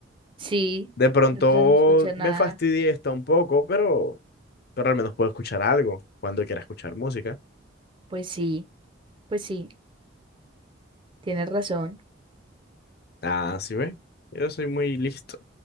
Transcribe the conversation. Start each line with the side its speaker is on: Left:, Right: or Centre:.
Right: Sí,
Left: De pronto
Right: detrás no escuchar nada.
Left: me fastidié esta un poco, pero, pero al menos puedo escuchar algo cuando quiera escuchar música.
Right: Pues sí, pues sí, tienes razón.
Left: Ah, sí, ve. Yo soy muy listo.